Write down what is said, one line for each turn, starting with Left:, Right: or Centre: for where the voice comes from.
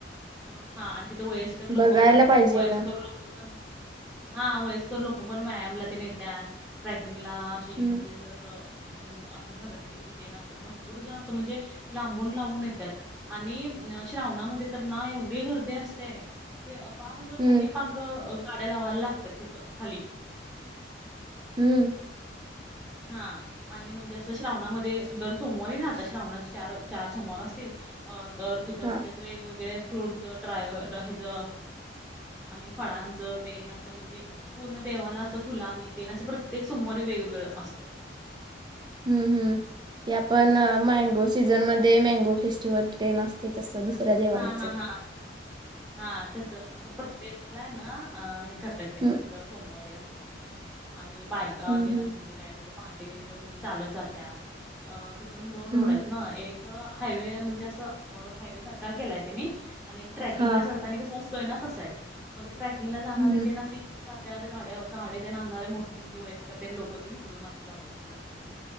Centre: मग हा आणि तिथं वयस्कर लोक
Right: बघायला
Centre: पण,
Right: पाहिजे
Centre: वयस्कर
Right: मग
Centre: लोक पण हा वयस्कर लोक पण व्यायामला तेन येत्यात, ट्रेकिंगला अशी
Right: हम्म
Centre: म्हणजे असं असं भरतिची तेन असं भरपूर जण असं म्हणजे लांबून लांबून येतात. आणि अ श्रावणामध्ये तर ना एवढी गर्दी असते. ते पाक असं
Right: हम्म
Centre: खाली पाक ग तिथे गाड्या लावायला लागत्यात खाली.
Right: हम्म.
Centre: हा. आणि म्हणजे असं श्रावणामध्ये दर सोमवारी ना आता श्रावणाची चार चार सोमवार असतील. अ तर तिथं
Right: हा
Centre: म्हणजे असं वेगवेगळे फ्रूटच, ड्राय हेज अ आणि फळांचं तेन असं म्हणजे पूर्ण देवाला असं फुलांनी तेन असं प्रत्येक सोमवारी वेगवेगळं असतंय.
Right: हम्म हम्म. ते आपण मँगो सीझनमध्ये मँगो फेस्टिवल तेन असतंय. ते तसं दुसऱ्या देवांच.
Centre: हा हा हा हा तसं असं प्रत्येकाला आहे ना अ हे करतात त्यांनी
Right: हम्म
Centre: सुद्धा सोमवारी असं आणि बायका
Right: हम्म
Centre: तेन
Right: हम्म
Centre: असं म्हणजे काय तिथं पहाटे म्हणजे चालत जात्यात. अ तिथून दोन
Right: हम्म
Centre: रोड आहेत ना, ‌एक तिथं हायवे म्हणजे अस अं हायवे सारखा केलाय त्यांनी आणि एक ट्रेकिंगला
Right: हा
Centre: असं आणि कसं असतोय ना तसा हाय. मग ट्रॅकिंगला जाणार
Right: हम्म
Centre: ते अशी तिकडून जात्यात. गाड्या गाडे तेन आणणारे मोठे म्हणजे वयस्कर तेन लोक तिकडून असं जात्यात म्हणजे असं.